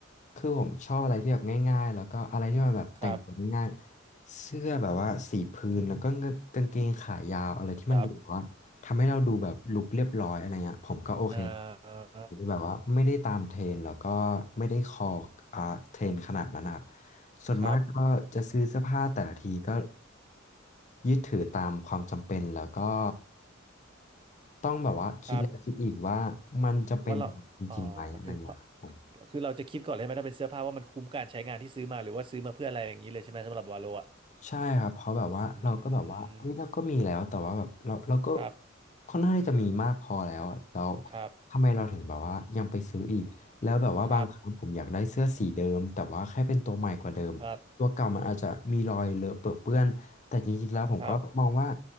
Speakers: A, on the left; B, on the right.
A: คือผมชอบอะไรที่แบบง่ายๆแล้วก็อะไรที่มันแบบแต่งตัวง่ายๆเสื้อแบบว่าสีพื้นแล้วก็กางเกงขายาวอะไรที่มันดูแบบว่าทำให้เราดูแบบลุคเรียบร้อยอะไรเงี้ยผมก็โอเคครับ
B: ครับครับอ่า
A: ที่แบบว่าไม่ได้ตามเทรนด์แล้วก็ไม่ได้คออ่าเทรนด์ขนาดนั้นนะครับส่วนมากก็จะซื้อเสื้อผ้าแต่ละทีก็
B: ครับ
A: ยึดถือตามความจำเป็นแล้วก็ต้องแบบว่าคิดแล้วคิดอีกว่ามันจำเป็นกับเราจริงๆไหมอะไรเงี้ยครับผม
B: ครับว่าเราอ๋อถึงความคือเราจะคิดก่อนเลยไหมถ้าเป็นเสื้อผ้าว่ามันคุ้มการใช้งานที่ซื้อมาหรือว่าซื้อมาเพื่ออะไรอย่างนี้เลยใช่ไหมสำหรับวาโลอ่ะ
A: ใช่ครับเพราะแบบว่าเราก็แบบว่าเฮ้ยเราก็มีแล้วแต่ว่าแบบเราเราก็
B: อืมครับ
A: ค่อนข้างที่จะมีมากพอแล้วอะแล้ว
B: ครับ
A: ทำไมเราถึงแบบว่ายังไปซื้ออีกแล้วแบบว่าบางครั้งผมอยากได้เสื้อสีเดิมแต่ว่าแค่เป็นตัวใหม่กว่าเดิมตัวเก่ามันอาจจะมีรอยเลอะเปื้อะเปื้อนแต่จริงๆแล้วผมก็มองว่า
B: ครับครับครับ